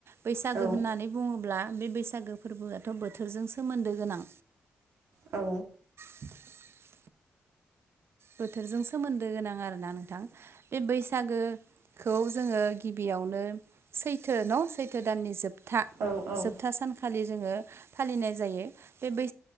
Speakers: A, on the right; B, on the right.
A: बैसागो
B: औ
A: होननानै बुङोब्ला बे बैसागो फोरबोआथ' बोथोरजों सोमोन्दो गोनां
B: औ
A: <inaudible> बोथोरजों सोमोन्दो गोनां आरोना नोंथां बे बैसागोखौ जोङो गिबियाव बियावनो सैथो न' सैथो दाननि जोबथा
B: औ औ
A: जोबथा सानखालि जोङो फालिनाय जायो। बे बो